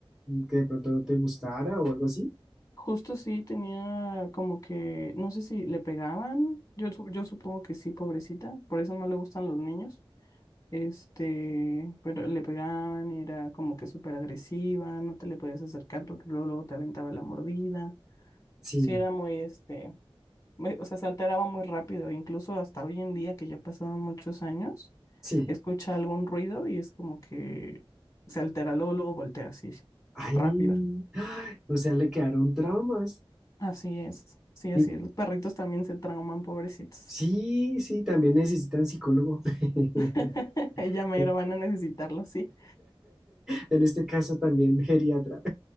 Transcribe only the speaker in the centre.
que de pronto no te gustara o algo así.
Sí,
sí.
Ay,
¡ay! o sea, le quedaron traumas.
Y-
sí, sí, también necesitan psicólogo. <laughs>
<laughs>
En este caso también geriatra.